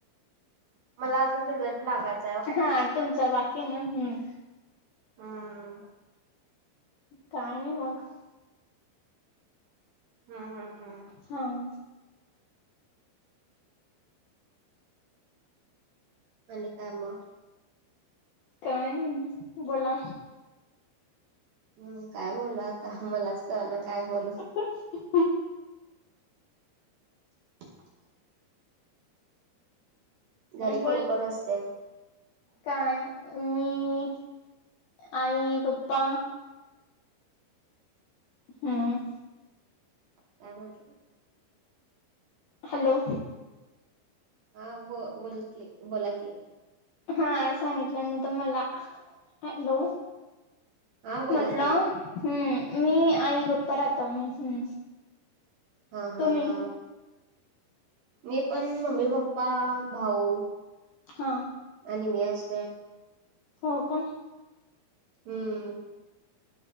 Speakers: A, on the right; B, on the left.
A: मला अजून रिझल्ट लागायचं.
B: हा तुमचा बाकी आहे ना, हम्.
A: हा.
B: काय नाही मग.
A: हं हं हं.
B: हाव.
A: आणि काय मग?
B: काय नई, बोला
A: हम् काय बोलु आता, मलाच कळना काय बोलू?
B: ह <unintelligible>
A: <unintelligible> घरी
B: बोल
A: कोण कोण असतंय?
B: काय? मी आई पप्पा हम्म.
A: कालवान केलं?
B: हॅलो?
A: हा ब बोलतेय बोला की
B: हा सांगितल्यानंतर मला, हॅलो?
A: हा बोला
B: म्हटलं
A: की.
B: हम्म मी आई गप्पा राहतो हम्म?
A: हा
B: तुम्ही
A: हा हा मी पण मम्मी पप्पा भाऊ.
B: हा.
A: आणि मी असत.
B: हो का.
A: हम्म.